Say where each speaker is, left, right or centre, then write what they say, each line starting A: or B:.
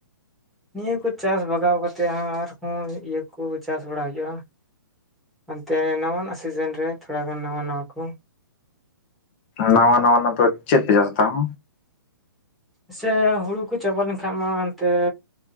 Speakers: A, in the centre; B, on the left.
A: ᱱᱤᱭᱟᱹ ᱠᱚ ᱪᱟᱥ ᱵᱟᱜᱟᱣ ᱠᱟᱛᱮᱫ ᱦᱟᱜ ᱟᱨᱦᱚᱸ ᱤᱭᱟᱹ ᱠᱚ ᱪᱟᱥ ᱵᱟᱲᱟ ᱦᱩᱭᱩᱜ-ᱟ᱾ ᱮᱱᱛᱮ ᱱᱟᱣᱟᱱᱟᱜ ᱥᱮᱥᱟᱱ ᱨᱮ ᱛᱷᱚᱲᱟ ᱜᱟᱱ ᱱᱟᱣᱟ ᱱᱟᱣᱟ ᱠᱚ᱾
B: ᱱᱟᱣᱟ ᱱᱟᱣᱟ ᱱᱟᱛᱚ ᱪᱮᱫ ᱯᱮ ᱪᱟᱥ ᱮᱫᱟ ᱾
A: ᱥᱮ ᱦᱩᱲᱩ ᱠᱚ ᱪᱟᱵᱟ ᱞᱮᱱ ᱠᱷᱟᱱᱡ ᱢᱟ ᱦᱟᱱᱛᱮ